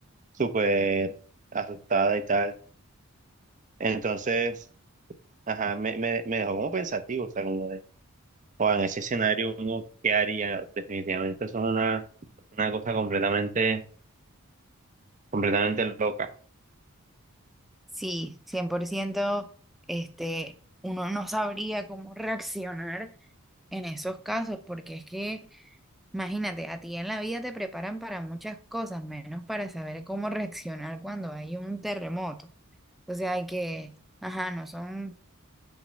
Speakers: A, on the right; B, in the centre.
A: súper asustada y tal. Entonces, ajá, me, me, me dejó como pensativo, o sea, como de, o en ese escenario uno, ¿qué haría? Definitivamente eso es una, una cosa completamente, completamente loca.
B: Sí, 100% este, uno no sabría cómo reaccionar en esos casos, porque es que, imagínate, a ti en la vida te preparan para muchas cosas, menos para saber cómo reaccionar cuando hay un terremoto. O sea, hay que, ajá, no son,